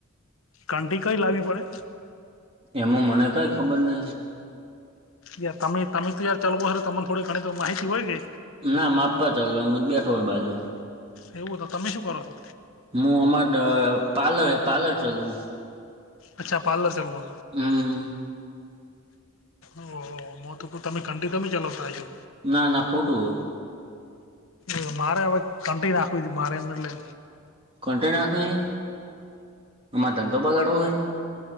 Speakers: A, on the left; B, on the right.
A: ઘંટી કઈ લાવવી પડે?
B: એમાં મને કાઈ ખબર નહિ.
A: યાર તમે તમે તો યાર ચાલવો સર તમને થોડી ઘણી તો માહિતી હોય કે.
B: ના માપપ ચાલવા હુત બેઠો હોય બાજુ.
A: એવું હે તો તમે શું કરો છો?
B: હું અમાર પાર્લર હે પાર્લર ચલવું.
A: અચ્છા પાર્લર ચલવો.
B: હમ
A: ઓહો મો તો કુ તમે ઘંટી તમે ચલાવતા હસો.
B: ના ના ખોટું હહ.
A: એ મારે હવે કંન્ટિન રાખવું મારે એમ એટલે.
B: કન્ટેન નાખવું હે? માર ધંધો બગાડવો હે?